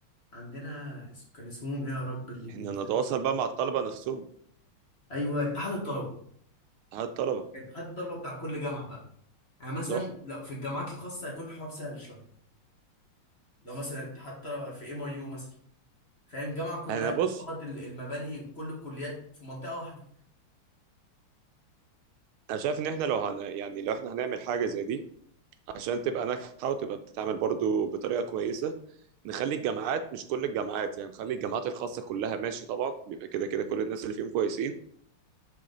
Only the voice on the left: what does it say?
عندنا اسم كان اسمهم ايه يا رب اللي بينسى
ايوه اتحاد الطلبه
اتحاد الطلبه بتاع كل جامعه بقى يعني مثلا
لو في الجامعات الخاصه هيكون الحوار سهل شويه لو مثلا اتحاد طلبه في ام اي يو مثلا فاهم جامعه كلها
في بعض ال- المباني كل الكليات في منطقه واحده